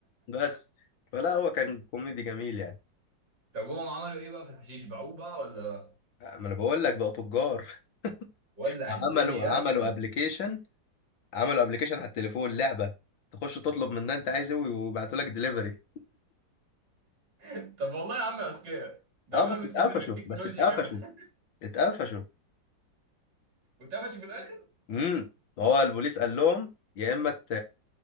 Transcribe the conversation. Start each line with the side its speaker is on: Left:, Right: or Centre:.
Left: بس فلا هو كان كوميدي جميل يعني
Right: طب هم عملوا ايه بقى في الحشيش باعوه بقى ولا
Left: ما انا بقول لك بقى تجار <laughs>
Right: ولع
Left: عملوا
Right: الدنيا
Left: عملوا ابلكيشن عملوا ابلكيشن على التليفون لعبه تخش تطلب منها انت عايز ايه ويبعتوا لك دليفري
Right: <laughs> طب والله يا عم اذكياء ده
Left: اه
Right: بقى
Left: بس
Right: مستخدمين
Left: اتقفشوا
Right: التكنولوجيا
Left: بس اتقفشوا
Right: كمان
Left: اتقفشوا
Right: <laughs> واتقفشوا في الاخر
Left: امم هو البوليس قال لهم يا اما ت...